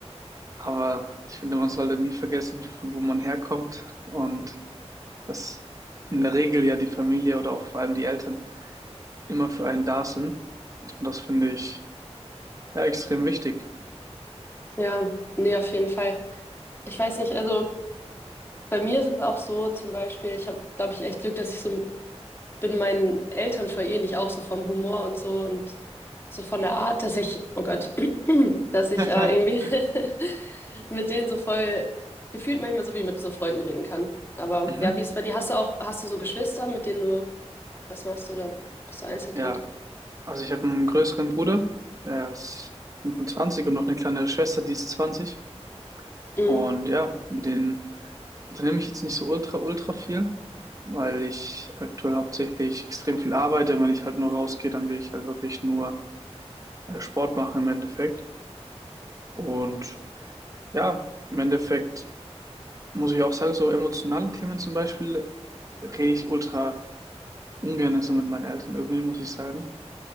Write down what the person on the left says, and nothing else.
ja, nee, auf jeden Fall. Ich weiß nicht, also. Bei mir ist es auch so, zum Beispiel, ich habe, glaube ich, echt Glück, dass ich so bin meinen Eltern voll ähnlich, auch so vom Humor und so und so von der Art, dass ich, oh Gott, <clears throat> dass ich äh,
irgendwie <laughs> mit denen so voll gefühlt manchmal so wie mit so Freunden reden kann. Aber
ja, wie ist es bei dir? Hast du auch, hast du so Geschwister, mit denen du, was machst du da? Bist du Einzelkind?
Mhm.